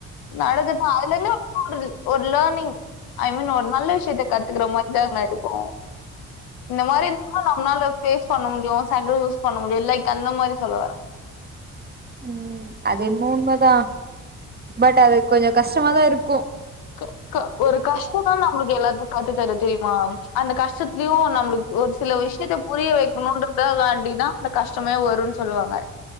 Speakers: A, on the left; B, on the right.
A: நடதுட்டா அதுலந்து ஒடுருது ஒரு லேர்னிங் ஐ மீன் ஒரு நல்ல விஷயத்த கத்துக்கற மாரிதா நடுக்கு இந்த மாரி இருந்த நம்மளால பேஸ் பண்ண முடியு சாந்கிற யூஸ் பண்ண முடியு லைக்கு அந்த மாரி சொல்லுவர
B: உம் அது என்ம உண்ம தா பட் அது கொஞ்சோ கஷ்டமா தா இருக்கு
A: க க ஒரு கஷ்ட தா நம்மளுக்கு எல்லாத்துக்கு கத்து தர தெரியுமா அந்த கஷ்டத்துலயு நம்மளுக்கு ஒரு சில விஷயத்த புரிய வைக்கணும்ன்றதக்காண்டி தா அந்த கஷ்டமே வருனு சொல்லுவாங்க